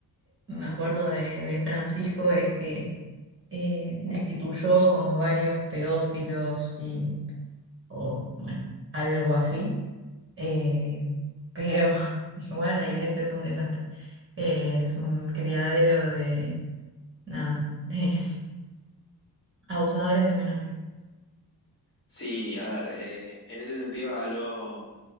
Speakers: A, on the right; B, on the left.
A: me acuerdo de, de Francisco es que eh, destituyó como varios pedófilos y, o bueno, algo así. Eh, pero <laughs> igual la iglesia es un desastre. Eh, es un criadero de, nada, de <laughs> abusadores de menores.
B: Sí, a ver, eh, en ese sentido habló,